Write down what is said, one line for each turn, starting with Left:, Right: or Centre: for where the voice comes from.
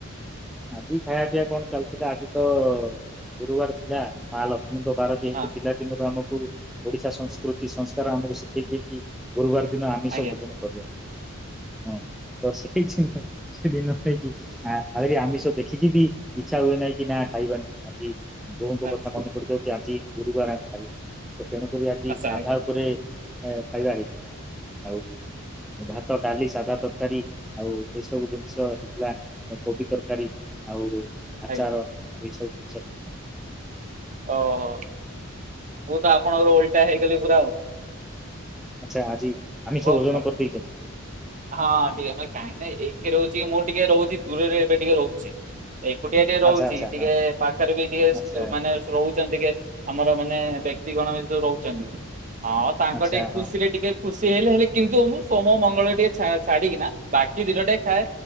Centre: ଆଜି ଖାଇବା ପିଇବା କଣ ଚାଲିଥିଲା ଆଜି ତ ଗୁରୁବାର ଥିଲା ମା ଲକ୍ଷ୍ମୀ ବାର ଯେହତୁ
Right: ହଁ
Centre: ପିଲା ଦିନରୁ ଆମକୁ ଓଡିଶା ସଂସ୍କୃତି ସଂସ୍କାର ଆମକୁ ଶିଖେଇ ଦେଇକି ଗୁରୁବାରେ ଦିନ ଆମିଷ
Right: ଆଜ୍ଞା
Centre: ଭୋଜନ କରିବା। ହଁ ତ ସେ କିଛି ନୁହଁ। ସେଦିନ ନୁହଁକି ଆ ଆମେ ତ ଦେଖିକି ବି ଇଚ୍ଛା ହୁଏ ନାହିଁ। କି ନା ଖାଇବାନି ଆଜି ବୋଉଙ୍କ
Right: ବାସ୍
Centre: କଥା ମନେ ପଡିଯାଉଛି। ଆଜି ଗୁରୁବାର ଆମ ଖାଇବାନି। ତ ତେଣୁକରି ଆଜି
Right: ଆଶା
Centre: ସାଧା
Right: ଆଜ୍ଞା
Centre: ଉପରେ ଖାଇବା ହେଇଥିଲା। ଆଉ ଭାତ ଡାଲି ସାଧା ତରକାରୀ ଆଉ ଏ ସବୁ ଜିନିଷ ହେଇଥିଲା। କୋବି ତରକାରୀ ଆଉ ଆଚାର
Right: ଆଜ୍ଞା
Centre: ଏ ସବୁ <unintelligible> ଥିଲା।
Right: ଓହୋ ମୁଁ ତ ଆପଣଙ୍କର ଓଲଟା ହେଇଗଲି ପୁରା ଆଉ।
Centre: ଆଚ୍ଛା ଆଜି ଆମିଷ
Right: ଓ <unintelligible>
Centre: ଭୋଜନ କରିଦେଇଛନ୍ତି
Right: ହଁ ଟିକେ କାହିଁ ନାଇଁ ଏ ଟିକେ ରହୁଛି। ମୁଁ ଟିକେ ରହୁଛି ଦୂରରେ ଏବେ ଟିକେ ରହୁଛି। ଏକୁଟିଆ ଟିକେ ରହୁଛି।
Centre: ଆଚ୍ଛା ଆଚ୍ଛା
Right: ଟିକେ
Centre: ହଁ
Right: ପାଖରେ ବି ଟିକେ
Centre: ଆଚ୍ଛା
Right: ମାନେ ରହୁଛନ୍ତି। କେ ଆମର ମାନେ ବ୍ୟକ୍ତି ଗଣ ରହୁଛନ୍ତି। ହଁ ତାଙ୍କ
Centre: ଆଚ୍ଛା
Right: ଟିକେ
Centre: ହଁ
Right: ଖୁସିରେ ଟିକେ ଖୁସି ହେଲେ ହେଲେ କିନ୍ତୁ ମୁଁ ସୋମ ମଙ୍ଗଳ ଟିକେ ଛା ଛାଡିକିନା ବାକି ଦିନ ଟିକେ ଖାଏ